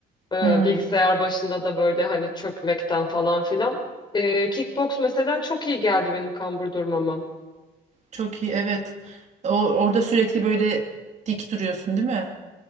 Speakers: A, on the left; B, on the right.
A: e,
B: Hmm,
A: bilgisayar başında da böyle hani çökmekten falan filan. E, kickbox mesela çok iyi geldi benim kambur durmama.
B: çok iyi evet. O, orada sürekli böyle dik duruyorsun değil mi?